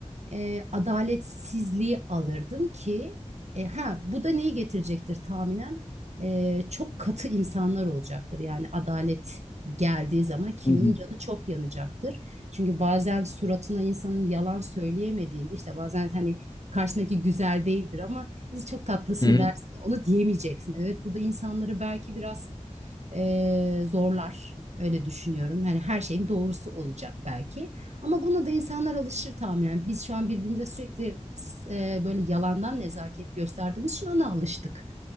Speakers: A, on the right (about 60°); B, on the left (about 30°).
A: e, adaletsizliği alırdım ki e, ha bu da neyi getirecektir tahminen E, çok katı insanlar olacaktır. Yani adalet geldiği zaman kiminin
B: Hı hı,
A: canı çok yanacaktır. Çünkü bazen suratına insanın yalan söyleyemediğinde işte bazen hani karşındaki güzel değildir ama biz çok tatlısın
B: hı hı.
A: dersin ya, onu diyemeyeceksin. Evet bu da insanları belki biraz e, zorlar öyle düşünüyorum. Yani her şeyin doğrusu olacak belki. Ama buna da insanlar alışır tahminen. Biz şu an birbirimize sürekli e, böyle yalandan nezaket gösterdiğimiz için ona alıştık.